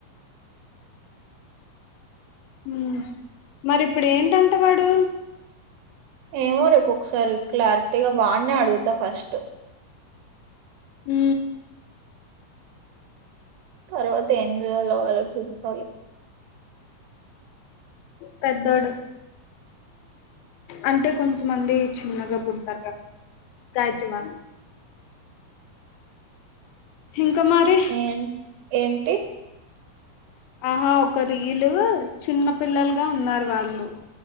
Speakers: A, on the left; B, on the right.
A: ఊ మరి ఇప్పుడేటంట వాడు?
B: ఏమో రేపొక్సారి క్లారిటీగా వాన్నే అడుగుత ఫస్ట్
A: ఊ
B: తర్వాతేంజెయాలో ఆలోచించాలె.
A: పెద్దోడు అంటే కొంతమంది చిన్నగా పుడతార్గా <unintelligible> ఇంక మరి?
B: ఏం ఏంటి?
A: ఆహ ఒక రీలూ చిన్న పిల్లల్గా ఉన్నారు వాళ్ళు